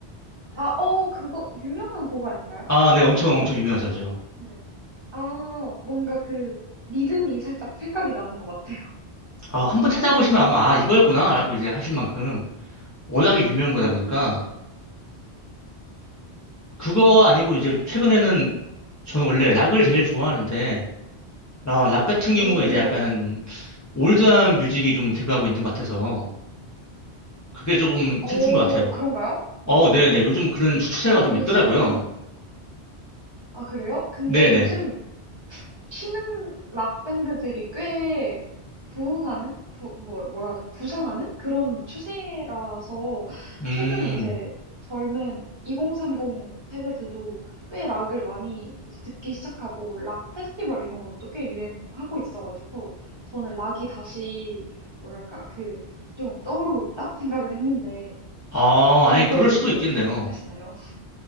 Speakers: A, on the right; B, on the left.
A: 아, 어, 그거, 유명한 곡 아닌가요?
B: 아, 네, 엄청
A: 뭔가,
B: 엄청 유명하죠, 죠
A: 네. 아, 뭔가 그, 리듬이 살짝 생각이 나는 것 같아요.
B: 아, 한번 찾아보시면 아마 아, 이거였구나라고 이제 하실 만큼 워낙에
A: <laughs>
B: 유명한
A: 음,
B: 거다 보니까 그거
A: 음.
B: 아니고 이제 최근에는 저는 원래 락을 제일 좋아하는데 락, 락 같은
A: 오,
B: 경우가 이제 약간
A: 네.
B: 올드한 뮤직이 좀 대두하고 있는 것 같아서 그게 조금
A: 어,
B: 슬픈 것 같아요.
A: 그런가요? 오.
B: 어, 네네, 요즘 그런 추세가
A: 어,
B: 좀
A: 요즘에는,
B: 있더라고요.
A: 아, 그래요? 근데
B: 네네.
A: 요즘 신흥 락 밴드들이 꽤 부흥하는 부, 뭐, 뭐라 하죠? 부상하는 그런 추세라서
B: 음,
A: 최근에 이제 젊은 2030 세대들도 꽤 락을 많이 이제 듣기 시작하고 락 페스티벌 이런 것도 꽤 유행하고 있어가지고 저는 락이 다시 뭐랄까 그 좀 떠오르고 있다 생각을 했는데
B: 아,
A: 이거에
B: 아니 그럴
A: 대해서
B: 수도 있겠네요.
A: 어떻게 생각하시나요? <laughs>